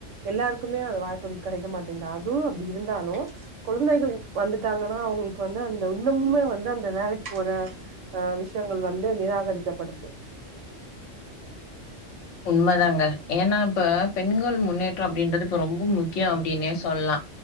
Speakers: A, on the right; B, on the left.
A: எல்லாருக்குமே அத வாய்ப்புகள் கெடைக்க மாட்டிங்குது அதுவு அப்டி இருந்தாலு குழந்தைகள் வந்துட்டாங்கனா அவுங்குளுக்கு வந்து அந்த இன்னமுமே வந்து அந்த வேலைக் போற அ விஷ்யங்கள் வந்து நிராகரிக்கப்படுது
B: உண்ம தாங்க ஏன்னா இப்ப பெண்கள் முன்னேற்றோ அப்டின்றது இப்ப ரொம்ப முக்கியோ அப்டினே சொல்லா